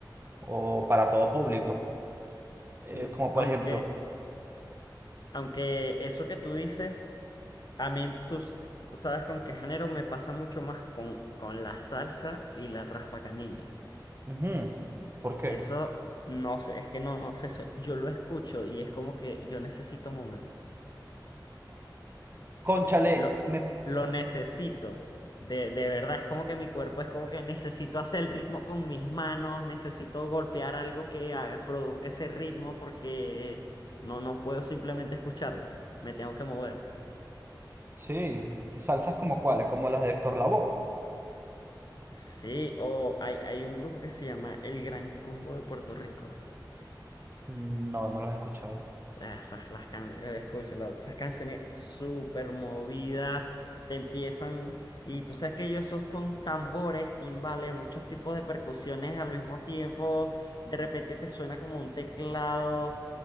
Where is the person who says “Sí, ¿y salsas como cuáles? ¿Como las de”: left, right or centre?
Right